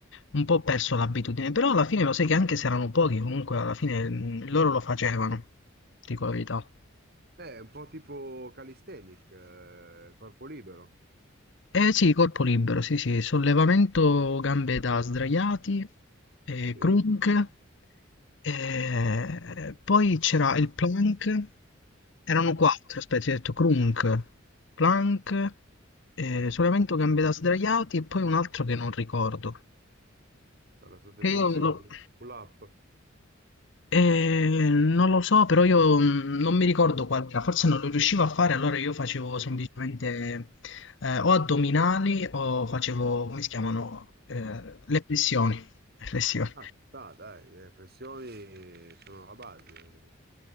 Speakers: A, on the left (about 60°); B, on the right (about 50°).
A: un po' ho perso l'abitudine, però alla fine lo sai che anche se erano pochi, comunque alla fine mh, loro lo facevano, dico la verità.
B: Eh, È un po' tipo calisthenic, eh, corpo libero,
A: Eh sì, corpo libero, sì sì, sollevamento gambe da sdraiati, eh,
B: sì? Eh,
A: crook, eh, poi c'era il plank, erano quattro,
B: per
A: aspetta, ti ho detto crunk, plank, eh, sollevamento gambe da sdraiati e poi un altro che non ricordo.
B: la sottrazione,
A: Che io lo-
B: pull up.
A: Eh, non lo so, però io mh, non mi ricordo qual era, forse non lo riuscivo a fare, allora io facevo semplicemente eh, o addominali o facevo, come si chiamano, Eh, le pressioni. Le flessioni.
B: Ah, no, dai, le flessioni sono la base.